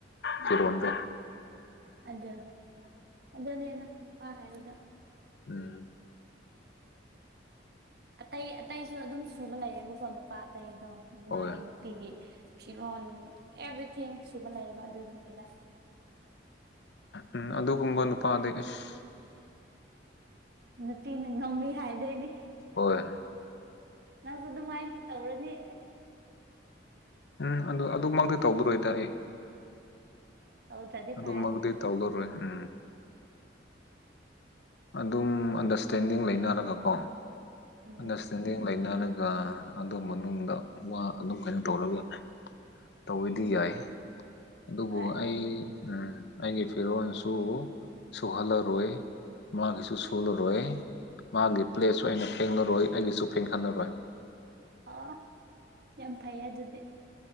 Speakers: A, on the left (about 60°); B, on the right (about 55°).
A: ꯐꯤꯔꯣꯟꯗꯣ
B: ꯎꯝ ꯑꯗꯨ ꯑꯗꯨꯅꯦꯗ ꯅꯨꯄꯥ ꯍꯥꯏꯔꯦꯗ
A: ꯎꯝ
B: ꯑꯇꯩ ꯑꯇꯩꯁꯨ ꯑꯗꯨꯝ ꯁꯨꯕ ꯂꯩꯌꯦꯕꯀꯣ ꯅꯨꯄꯥ ꯑꯇꯩꯗꯣ
A: ꯍꯣꯏ
B: ꯃꯥꯒꯤ ꯅꯨꯄ__ ꯄꯤꯒꯤ ꯐꯤꯔꯣꯟ ꯑꯦꯕ꯭ꯔꯤꯊꯤꯡ ꯁꯨꯕ ꯂꯩꯌꯦꯕ ꯑꯗꯨꯒꯤꯅꯤꯗ
A: ꯎꯝ ꯑꯗꯨꯒꯨꯝꯕ ꯅꯨꯄꯥꯗꯤ ꯏꯁ
B: ꯅꯨꯄꯤꯅ ꯉꯝꯃꯦ ꯍꯥꯏꯗꯣꯏꯅꯤ
A: ꯍꯣꯏ
B: ꯅꯪꯁꯨ ꯑꯗꯨꯃꯥꯏꯅ ꯇꯧꯔꯅꯤ ꯑꯦꯍ
A: ꯎꯝ ꯑꯗꯨ ꯑꯗꯨꯃꯛꯇꯤ ꯇꯧꯕꯤꯔꯣꯏꯗ ꯑꯩ
B: ꯑꯣ ꯇꯧꯗ꯭ꯔꯗꯤ
A: ꯑꯗꯨꯃꯛꯇꯤ
B: ꯐꯥꯏ
A: ꯇꯧꯗꯔꯣꯏ ꯎꯝ ꯑꯗꯨꯝ ꯑꯟꯗꯔꯁꯇꯦꯟꯗꯤꯡ ꯂꯩꯅꯔꯒꯀꯣ
B: ꯎꯝ
A: ꯑꯟꯗꯔꯁꯇꯦꯟꯗꯤꯡ ꯂꯩꯅꯔꯒ ꯑꯗꯨ ꯃꯅꯨꯡꯗ ꯋꯥ ꯑꯗꯨꯝ ꯀꯩꯅꯣ ꯇꯧꯔꯒ ꯇꯧꯋꯦꯗꯤ
B: ꯎꯝ
A: ꯌꯥꯏ ꯑꯗꯨꯕꯨ
B: ꯍꯣꯏ
A: ꯑꯩ ꯎꯝ ꯑꯩꯒꯤ ꯐꯤꯔꯣꯜꯁꯨ ꯁꯨꯍꯜꯂꯔꯣꯏ ꯃꯥꯒꯤꯁꯨ ꯁꯨꯨꯂꯔꯣꯏ ꯃꯥꯒꯤ ꯄ꯭ꯂꯦꯠꯁꯨ ꯑꯩꯅ ꯐꯦꯡꯂꯔꯣꯏ ꯑꯩꯒꯤꯁꯨ ꯐꯦꯡꯍꯜꯂꯔꯣꯏ
B: ꯑꯣꯍ ꯌꯥꯝ ꯐꯩꯌꯦ ꯑꯗꯨꯗꯤ